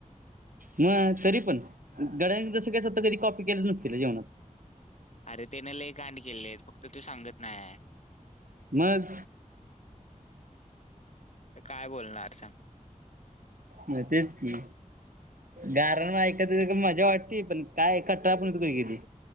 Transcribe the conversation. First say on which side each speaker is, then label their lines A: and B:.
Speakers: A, on the right; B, on the left.
A: मग तरी पण गड्यांन जसं काय स्वतः कधी कॉपी केलं नसती काय जेवणात.
B: अरे त्यान लई कांड केलय फक्त तो सांगत नाय.
A: मग.
B: तर काय बोलणार सांग.
A: नसेल ती. गारण ऐकाया मजा वाटती पण काय कंटाळा पण येतो की.